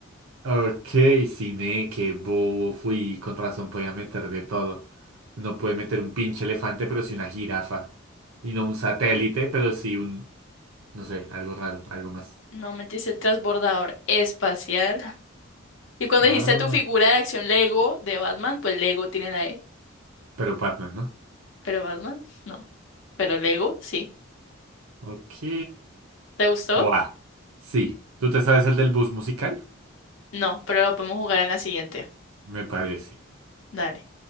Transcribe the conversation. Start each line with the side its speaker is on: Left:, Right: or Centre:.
Right: ok, cine, qué bobo fui. Con razón podía meter de todo. No puede meter un pinche elefante, pero sí una jirafa. Y no un satélite, pero sí un, no sé, algo raro, algo más.
Left: No me dice el transbordador espacial. Y cuando
Right: Ah,
Left: dijiste tu figura de acción Lego de Batman, pues Lego tiene la E.
Right: pero Batman, ¿no?
Left: Pero Batman, no. Pero Lego, sí.
Right: Ok.
Left: ¿Te gustó?
Right: Buah. Sí. ¿Tú te sabes el del bus musical?
Left: No, pero lo podemos jugar en la siguiente.
Right: Me parece.
Left: Dale.